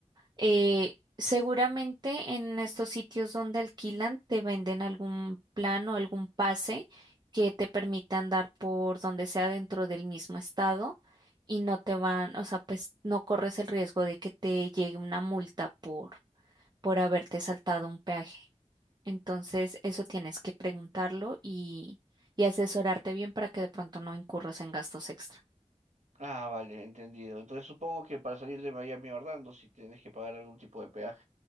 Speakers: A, on the right; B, on the right.
A: Eh, seguramente en estos sitios donde alquilan te venden algún plan o algún pase que te permita andar por donde sea dentro del mismo estado y no te van, o sea, pues no corres el riesgo de que te llegue una multa por, por haberte saltado un peaje. Entonces, eso tienes que preguntarlo y, y asesorarte bien para que de pronto no incurras en gastos extra.
B: Ah, vale, entendido. Entonces supongo que para salir de Miami a Orlando sí tienes que pagar algún tipo de peaje.